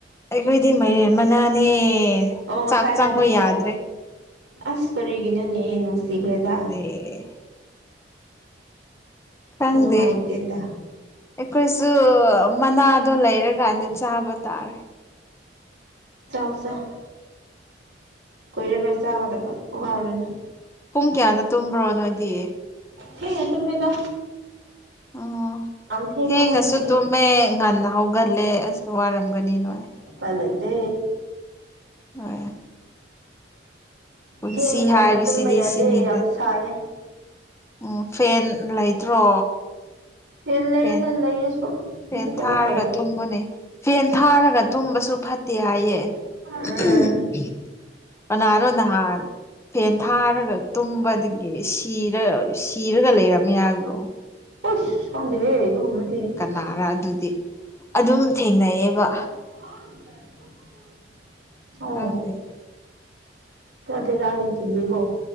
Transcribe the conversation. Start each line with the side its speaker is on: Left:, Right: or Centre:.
Left: ꯑꯩꯈꯣꯏꯗꯤ ꯃꯥꯏꯔꯦꯟ ꯃꯅꯥꯅꯦ
Right: ꯑꯣ ꯉꯁꯥꯏ
Left: ꯆꯥꯛ ꯆꯪꯕ
Right: ꯍꯥꯏꯕꯗꯨꯀꯣ
Left: ꯌꯥꯗ꯭ꯔꯦ
Right: ꯑꯁ ꯀꯔꯤꯒꯤꯅꯅꯦ ꯅꯨꯡꯁꯤꯈ꯭ꯔꯦꯗ
Left: ꯑꯦ ꯈꯪꯗꯤ
Right: ꯅꯨꯡꯉꯥꯏꯇꯦꯗ
Left: ꯑꯩꯈꯣꯏꯁꯨ ꯃꯅꯥꯗꯣ ꯂꯩꯔꯀꯥꯟꯗ ꯆꯥꯕ ꯇꯥꯔꯦ
Right: ꯆꯥꯎ ꯆꯥꯎ ꯀꯨꯏꯔꯔꯣꯏ ꯆꯥꯒꯗꯕ ꯋꯥꯔꯨꯅꯨ
Left: ꯄꯨꯡ ꯀꯌꯥꯗ ꯇꯨꯝꯕ꯭ꯔꯣ ꯅꯣꯏꯗꯤ
Right: ꯊꯦꯡꯅ ꯇꯨꯝꯃꯤꯗ
Left: ꯑꯣ
Right: ꯊꯦꯡꯉꯦ
Left: ꯊꯦꯡꯅꯁꯨ
Right: ꯑꯩꯈꯣꯏꯅ ꯇꯨꯝꯕꯗꯣ
Left: ꯇꯨꯝꯃꯦ ꯉꯟꯅ ꯍꯧꯒꯠꯂꯦ ꯑꯁ ꯋꯥꯔꯝꯒꯅꯤ ꯅꯣꯏ
Right: ꯎꯄꯥꯏ ꯂꯩꯇꯦ
Left: ꯍꯣꯏ ꯄꯨꯟꯁꯤ
Right: ꯊꯦꯡ ꯉꯟꯅ
Left: ꯍꯥꯏꯕꯁꯤꯗꯤ
Right: ꯇꯨꯝꯕ ꯌꯥꯗꯦ
Left: ꯁꯤꯅꯤꯗ
Right: ꯌꯥꯝ ꯁꯥꯏꯌꯦ
Left: ꯎꯝ ꯐꯦꯟ ꯂꯩꯇ꯭ꯔꯣ
Right: ꯐꯦꯟ ꯂꯩꯌꯦꯗ
Left: ꯐꯦꯟ
Right: ꯂꯩꯔꯁꯨ
Left: ꯐꯦꯟ
Right: ꯑꯗꯨ ꯀꯩꯅꯣ
Left: ꯊꯥꯔꯒ
Right: ꯇꯧꯔꯦ
Left: ꯇꯨꯝꯃꯨꯅꯦ ꯐꯦꯟ ꯊꯥꯔꯒ ꯇꯨꯝꯕꯁꯨ ꯐꯠꯇꯦ ꯍꯥꯏꯌꯦ <unintelligible>
Right: ꯎꯝ
Left: ꯀꯅꯥꯅꯣ ꯅꯍꯥꯟ ꯐꯦꯟ ꯊꯥꯔꯒ ꯇꯨꯝꯕꯗꯒꯤ ꯁꯤ ꯁꯤꯔ ꯁꯤꯔꯒ ꯂꯩꯔꯝꯃꯦ ꯍꯥꯏꯕꯗꯨ
Right: ꯎꯩꯁ ꯈꯪꯗꯦꯍꯦ ꯑꯗꯨꯃꯗꯤ
Left: ꯅꯥꯔ ꯑꯗꯨꯗꯤ ꯑꯗꯨꯝ ꯊꯦꯡꯅꯩꯌꯦꯕ
Right: <inaudible>
Left: ꯈꯪꯗꯦ
Right: ꯀꯕꯤꯔꯥꯅꯤ ꯀꯦꯒꯤꯒꯣ